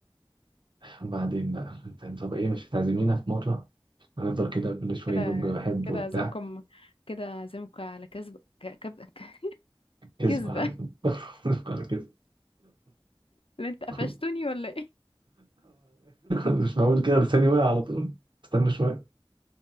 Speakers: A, on the right; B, on the left.
A: وبعدين بقى انت طب ايه مش هتعزمينا في مره هنفضل كده كل شويه
B: كده
A: نقول بحب
B: كده
A: وبتاع
B: اعزمكم كده اعزمكم على كذب ك- كب... ك-
A: كذب
B: كذبه
A: على
B: <laughs>
A: <laughs> على كده
B: اللي انت قفشتوني
A: <laughs>
B: ولا ايه
A: مش معقول كده لساني واقع على طول استنى شويه